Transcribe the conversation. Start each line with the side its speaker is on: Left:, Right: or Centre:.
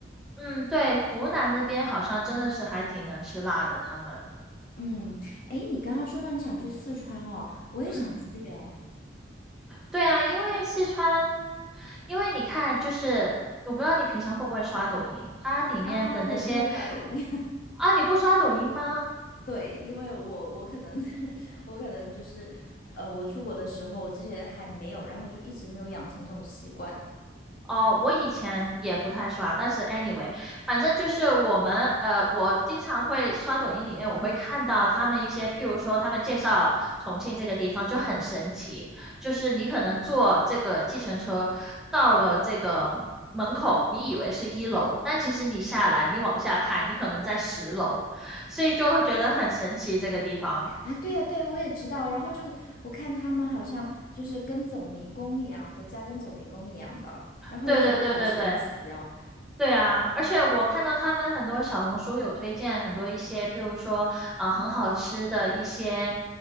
Centre: 嗯，对，湖南那边好像真的是还挺能吃辣的，他们。
Left: 嗯，哎，你刚刚说到你想去四川哦，我也想去哎。
Centre: 嗯，对啊，因为四川，因为你看，就是我不知道你平常会不会刷抖音，它里面的那些
Left: 啊，我不会刷抖音。
Centre: 啊，你不刷抖音吗？
Left: 对，因为我我可能 <laughs> 我可能就是呃，我出国的时候这些还没有，然后就一直没有养成这种习惯。
Centre: 哦，我以前也不太刷，但是 anyway，反正就是我们呃，我经常会刷抖音里面，我会看到他们一些，譬如说他们介绍重庆这个地方就很神奇，就是你可能坐这个计程车到了这个门口，你以为是一楼，但其实你下来，你往下看，你可能在十楼，所以就会觉得很神奇这个地方。
Left: 啊，对呀，对呀我也知道。然后就我看他们好像就是跟走迷宫一样，回家跟走迷宫一样的，然后就觉得好神奇哦。
Centre: 对对对对对。对啊，而且我看到他们很多小红书有推荐很多一些，譬如说啊，很好吃的一些